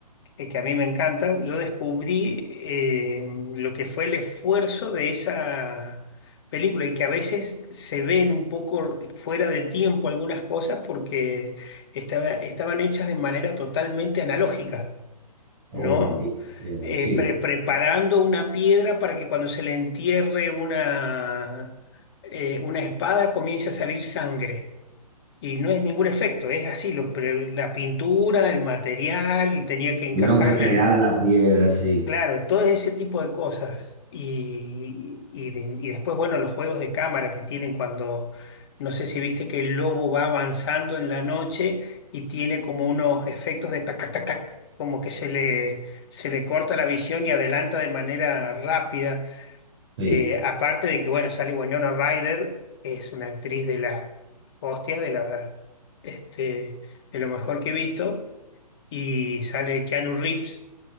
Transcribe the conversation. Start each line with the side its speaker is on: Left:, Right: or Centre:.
Left: eh, que a mí me encanta, yo descubrí eh, lo que fue el esfuerzo de esa película y que a veces se ven un poco fuera de tiempo algunas cosas porque estaba- estaban hechas de manera totalmente analógica,
Right: oh,
Left: ¿no?
Right: enti- entiendo,
Left: Eh,
Right: sí.
Left: pre- preparando una piedra para que cuando se le entierre una, eh, una espada comience a salir sangre. Y no es ningún efecto, es así, lo, pre- la pintura, el material, tenía que encajarle.
Right: Tuvieron que crear la piedra, sí,
Left: Claro, todo ese tipo de cosas. Y, y de- y después, bueno, los juegos de cámara que tienen cuando, no sé si viste que el lobo va avanzando en la noche y tiene como unos efectos de tac, tac, tac, tac, como que se le, se le corta la visión y adelanta de manera rápida.
Right: sí.
Left: Eh, aparte de que, bueno, sale Winona Ryder, que es una actriz de la hostia, de la, este, de lo mejor que he visto, y sale Keanu Reeves